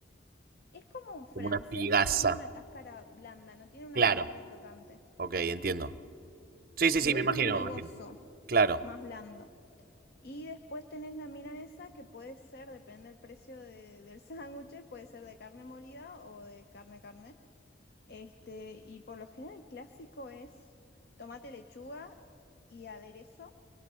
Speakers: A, on the left; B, on the right.
A: Es como un francés,
B: Como una pigaza.
A: pero tiene una cáscara blanda, no tiene una
B: Claro.
A: cáscara crocante.
B: Ok, entiendo. Sí, sí,
A: Y
B: sí, me
A: es
B: imagino,
A: más migoso,
B: me imagino. Claro,
A: más blando. Y después tenés la milanesa que puede ser, depende del precio de- del <laughs> sándwich, puede ser de carne molida o de carne carne. Este, y por lo general el clásico es tomate, lechuga y aderezo.